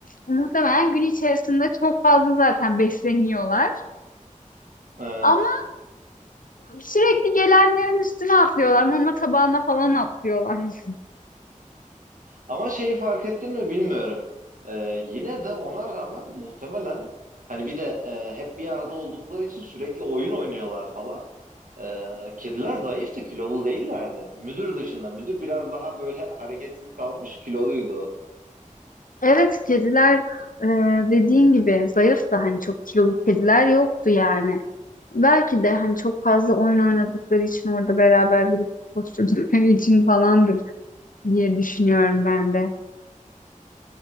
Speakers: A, on the left; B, on the right.
A: muhtemelen gün içerisinde çok fazla zaten besleniyorlar.
B: Evet.
A: Ama sürekli gelenlerin üstüne atlıyorlar. Mama tabağına falan atlıyorlar. <laughs>
B: Ama şeyi fark ettin mi bilmiyorum. Ee, yine de ona rağmen muhtemelen hani bir de e, hep bir arada oldukları için sürekli oyun oynuyorlar falan. Ee, kediler zayıftı, kilolu değillerdi. Müdür dışında. Müdür biraz daha böyle <laughs> hareketsiz kalmış, kiloluydu. o.
A: Evet kediler e, dediğin gibi zayıf da hani çok kilolu kediler yoktu yani. Belki de hani çok fazla oyun oynadıkları için orada beraber birlikte koşturdukları <laughs> için falandır diye düşünüyorum ben de.